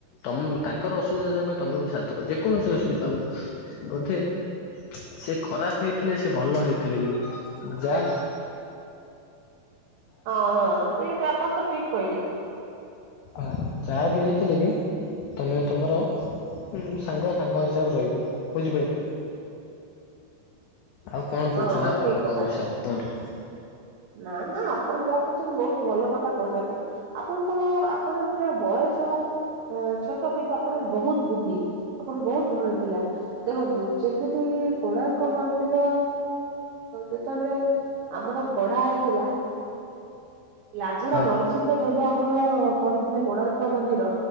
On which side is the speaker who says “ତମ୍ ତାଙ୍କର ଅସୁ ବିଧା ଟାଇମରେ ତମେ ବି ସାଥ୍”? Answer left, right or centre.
Left